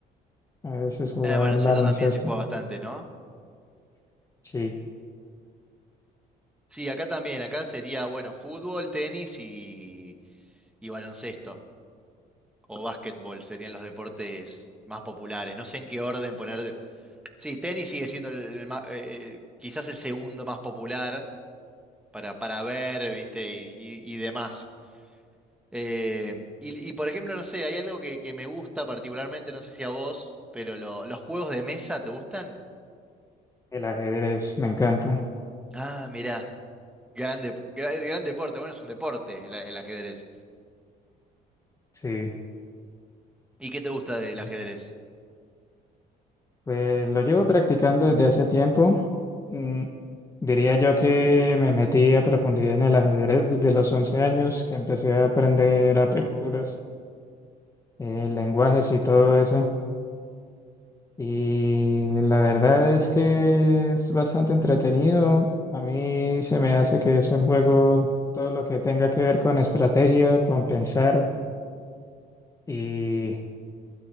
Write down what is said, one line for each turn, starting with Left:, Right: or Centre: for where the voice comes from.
Left: A veces jugar
Centre: El baloncesto
Left: baloncesto.
Centre: también se juega bastante, ¿no?
Left: Sí,
Centre: Sí, acá también, acá sería, bueno, fútbol, tenis y, y baloncesto. o básquetbol serían los deportes más populares. No sé en qué orden poner. Sí, tenis sigue siendo el- el ma- eh, quizás el segundo más popular para, para ver, ¿viste? Y, y- y demás. Eh, y, y, por ejemplo, no sé, hay algo que, que me gusta particularmente, no sé si a vos, pero lo- los juegos de mesa, ¿te gustan?
Left: el ajedrez me encanta.
Centre: Ah, mirá, gran, dep- gra- gran deporte. Bueno, es un deporte el, a- el ajedrez.
Left: Sí.
Centre: ¿Y qué te gusta del
Left: sí.
Centre: ajedrez?
Left: Pues lo llevo practicando desde hace tiempo. Mm, diría yo que me metí a profundidad en el ajedrez desde los 11 años, que empecé a aprender aperturas, eh, lenguajes y todo eso. Y la verdad es que es bastante entretenido. A mí se me hace que es un juego, todo lo que tenga que ver con estrategia, con pensar. Y